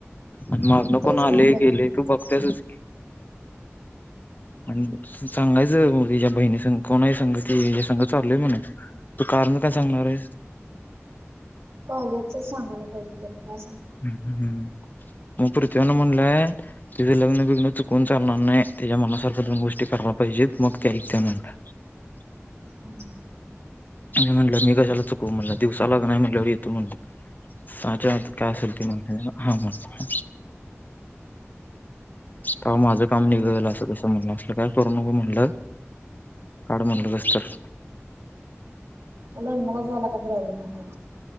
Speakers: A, on the left (about 40°); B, on the right (about 75°).
A: आणि मागणं
B: तेच
A: कोण
B: म्हणलं
A: आले गेले
B: की
A: तू बघतासच की? आणि सांगायचं तेच्या बहिणी संग कोण आहे तेच्या संग चालोय मम्हणायचं. तू कारण काय सांगणार आहेस?
B: कॉलेजच सांगायला पाहिजे. काय
A: हम् हम हम्. मग पृथ्वीं न म्हणलंय तिझं लग्न बिघ्न चुकून चालणार नाही तिच्या मनासारख दोन गोष्टी करायला पैसे मग ते एकनात.
B: सांगणार
A: आणि म्हणलं मी कशाला चुकू म्हणलं दिवसा लग्न नाही म्हटलं ए येतो म्हणल. साहाच्या आत काय असल ते म्हणल हा म्हटल. कवा माझं काम निघतलं असं कस म्हणण असल काय करू नको म्हणलं काड म्हणलं कस तर.
B: लग्नाला जायला काही प्रॉब्लेम नाही त्या